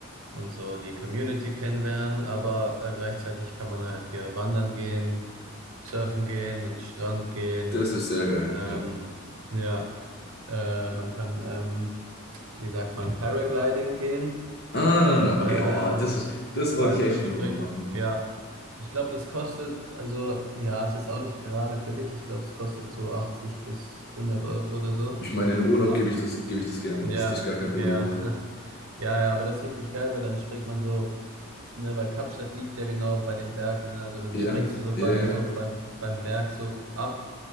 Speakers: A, on the right (about 70°); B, on the left (about 45°).
A: und so die Community kennenlernen. Aber äh, gleichzeitig kann man halt hier wandern gehen, surfen gehen, an den Strand gehen.
B: Das ist sehr geil,
A: Ähm,
B: ja.
A: ja, äh, man kann, ähm, wie sagt man, Paragliding gehen.
B: Ah,
A: Äh,
B: okay, oh, das ist, das
A: Fallschirmspringen,
B: wollte ich echt schon immer mal machen.
A: ja. Ich glaube, das kostet, also ja, es ist auch nicht gerade billig. Ich glaube, es kostet so 80 bis hundert Euro oder so.
B: Ich meine, in einem Urlaub
A: Ah,
B: gebe ich das, gebe ich das gerne
A: ja,
B: aus. Das ist gar kein
A: ja,
B: Problem dann.
A: <laughs> ja, ja, aber das ist richtig geil, weil dann springt man so, ne, weil Kapstadt liegt ja genau bei den Bergen, ne, also dann
B: Ja,
A: springst du so
B: ja,
A: quasi
B: ja.
A: so beim, beim Berg so ab